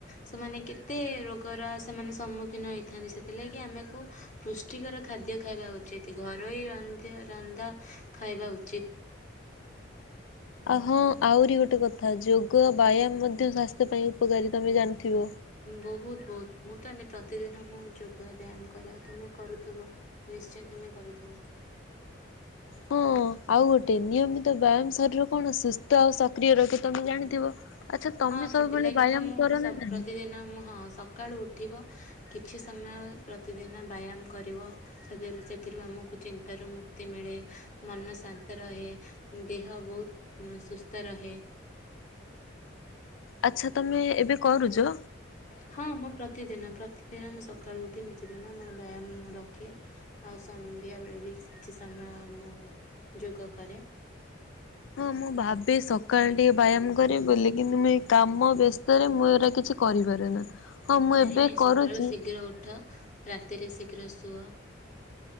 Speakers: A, on the left (about 40°); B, on the left (about 80°).
A: ସେମାନେ କେତେ ରୋଗର ସେମାନେ ସମ୍ମୁଖୀନ ହେଇଥାନ୍ତି ସେଥିଲାଗି ଆମକୁ ପୁଷ୍ଟିକର ଖାଦ୍ୟ ଖାଇବା ଉଚିତ ଘରୋଇ ରନ୍ଧ ରନ୍ଧା ଖାଇବା ଉଚିତ୍।
B: ଆ ହଁ ଆହୁରି ଗୋଟେ କଥା ଯୋଗ ବ୍ୟାୟାମ ମଧ୍ୟ ସ୍ୱାସ୍ଥ୍ୟ ପାଇଁ ଉପକାରୀ ତମେ ଜାଣିଥିବ।
A: ବହୁତ ବହୁତ ମୁଁ ତହେ ପ୍ରତିଦିନ ମୁଁ ଯୋଗ ବ୍ୟାୟାମ କରିବାକୁ ତମେ କରୁଥିବ। ନିଶ୍ଚୟ ତୁମେ କରୁଥିବ।
B: ହଁ ଆଉ ଗୋଟେ ନିୟମିତ ବ୍ୟାୟାମ ଶରୀର କଣ ସୁସ୍ଥ ଆଉ ସକ୍ରିୟ ରଖେ ତମେ ଜାଣିଥିବ। ଆଚ୍ଛା ତମେ
A: ହଁ ସେଥିଲାଗି
B: ସବୁବେଳେ ବ୍ୟାୟାମ
A: ତ ମୁଁ
B: କର
A: ତ ସବୁ
B: ନା ନାହିଁ?
A: ପ୍ରତିଦିନ ହଁ ସକାଳୁ ଉଠିବ। କିଛି ସମୟ ପ୍ରତିଦିନ ବ୍ୟାୟାମ କରିବ। ସେ ସେଥିରୁ ଆମକୁ ଚିନ୍ତାରୁ ମୁକ୍ତି ମିଳେ ମନ ଶାନ୍ତ ରହେ। ଦେହ ବହୁତ ସୁସ୍ଥ ରହେ।
B: ଆଚ୍ଛା ତମେ ଏବେ କରୁଚ।
A: ହଁ ମୁଁ ପ୍ରତିଦିନ ପ୍ରତିଦିନ ମୁଁ ସକାଳୁ ଉଠି ନିତି ଦିନ ମୋର ବ୍ୟାୟାମ ମୁଁ ରଖେ। ଆଉ ସନ୍ଧ୍ୟା ବେଳେ ବି କିସ୍ କିଛି ସମୟ ମୁଁ ଯୋଗ କରେ।
B: ହଁ ମୁଁ ଭାବେ ସକାଳେ ଟିକେ ବାୟାମ କରିବି ବୋଲି କିନ୍ତୁ ମୁଁ ଏଇ କାମ ବ୍ୟସ୍ତ ରେ ମୁଁ ଏଗୁରା କିଛି। କରିପାରେ ନା। ହଁ ମୁଁ
A: ନାଇଁ
B: ଏବେ
A: ନାଇଁ
B: କରୁଛି
A: ସକାଳୁ ଶୀଘ୍ର ଉଠ ରାତିରେ ଶୀଘ୍ର ଶୁଅ।